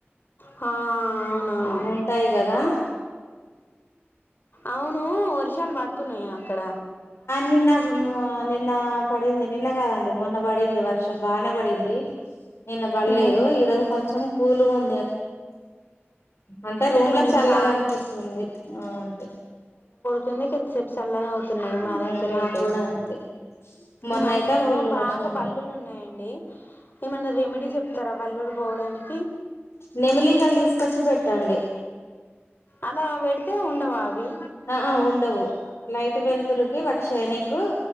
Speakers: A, on the left (about 50°); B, on the left (about 80°).
A: ఆ అవునవును
B: అవ్వుంటాయి కదా
A: అవును వర్ష షాలు పడుతున్నాయా అక్కడ
B: నిన్న ఆ నిన్న పడింది నిన్న కాదండి మొన్న పడింది వర్షం బానే పడింది నిన్న పడలేదు
A: ఉమ్
B: ఈరోజు కొంచెం కూలుగుంది అంటే రూమ్
A: ఇటు
B: ల
A: ఎండ
B: చల్లగా
A: బాగా
B: అనిపిస్తుంది హ్మ్మ్ అంతే
A: కిందికి కొద్ది సేపు చల్లగా అవుతున్నాడు
B: హ్మ్మ్
A: మా దగ్గర
B: మాకు
A: అయితే
B: కూడా అంతే మొన్న
A: మా
B: అయితే
A: ఇంట్లో
B: ఫుల్లు
A: బాగా
B: వర్షం
A: బల్లులు ఉన్నాయండి ఏమైన్నా రెమెడీ చెప్తారా బల్లులు పోవడ పోవడానికి
B: నెమిలికాయలు తీసుకొచ్చి పెట్ ట్టండి
A: అలా వెడితే ఉండవా అవి
B: ఆ ఉండవు లైట్ వెళ్తురికి వాటి షైనింగ్ కు ఆ